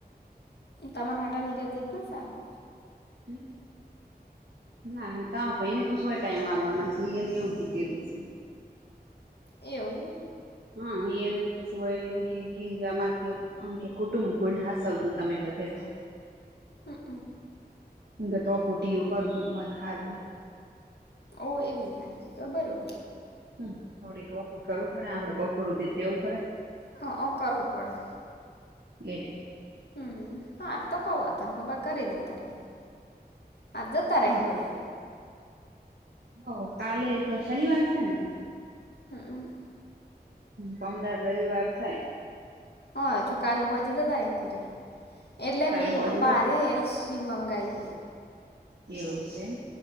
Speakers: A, on the left (about 80°); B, on the right (about 75°).
A: તમારા હાટા નિર્યાત જ ને સારું.
B: હમ ના તો ભાઈ ને પશો ટાઈમ આલવાના છે એ એને એવું કીધેલું છે.
A: એવું.
B: હા અને કશું હોય એમ કે કે અમારું કેમ એમકે કુટુંબ ગૂળ સવજું તમે બધે
A: હ હ.
B: ટપોટીયો કર ખા
A: ઓ એવી રીત નાખી બરોબર
B: હમ થોડી ટોપ કરવું પડે આપડે બપોરુંધી રહેેવું પડે
A: હ ઓ કરવું પડે
B: એટલે
A: હમ હાર તકો અ તન પપા ઘરે જ તારે આ‌ જોતા રે
B: હા
A: વડી
B: હો કાલે તો શનિવાર છે ને.
A: હું
B: પમદાર રવિવાર થાય
A: હઅ, હજુ કાલે હોજે જગાડે કરી. એટલે
B: કાલ
A: મી
B: હોજે
A: પપ્પા
B: જા
A: હારે એલસી મંગાઈ હે.
B: એવું શે.